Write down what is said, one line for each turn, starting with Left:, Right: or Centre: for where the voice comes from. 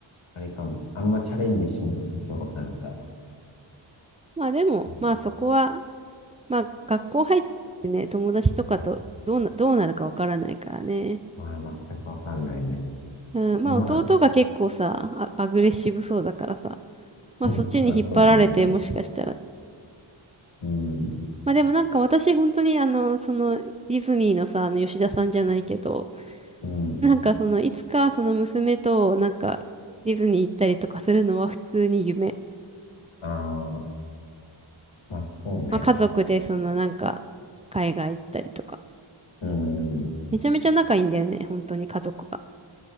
Left: あれかも。あんまチャレンジしなさそう、なんか。
Right: まあでも、
Left: うん、
Right: まあそこは、まあ学校入ってね、友達とかとどうな、どうなるかわからないからね。
Left: まあ、全くわかんないね。
Right: うん、
Left: まあ、
Right: まあ弟が結構さ、あアグレッシブそうだからさ、
Left: <laughs>
Right: まあそっちに引っ張られてもしかしたら
Left: まあ、そうだね。うん、
Right: まあでもなんか私本当にあの、そのディズニーのさ、あの吉田さんじゃないけど、<laughs>
Left: うん。
Right: なんかそのいつかその娘となんかディズニー行ったりとかするのは普通に夢。
Left: ああ、まあ、そうね。
Right: まあ家族でそのなんか海外行ったりとか。
Left: うん。
Right: めちゃめちゃ仲いいんだよね、本当に家族が。